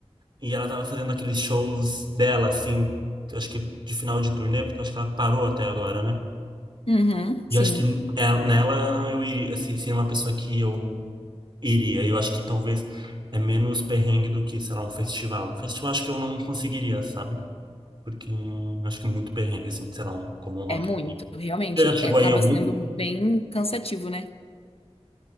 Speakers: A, on the right; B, on the left.
A: e ela estava fazendo aqueles shows dela, assim, eu acho que de final de turnê, porque eu acho que ela parou até agora, né?
B: Uhum,
A: E
B: sim.
A: eu acho que ela- nela eu iria, assim, seria uma pessoa que eu iria. Eu acho que talvez é menos perrengue do que, sei lá, um festival. Um festival acho que eu não conseguiria, sabe? Porque acho que é muito perrengue, assim, sei lá, um- como um rock.
B: É muito,
A: in Rio.
B: realmente.
A: Você já chegou
B: é- Acaba
A: aí em algum?
B: sendo bem cansativo, né?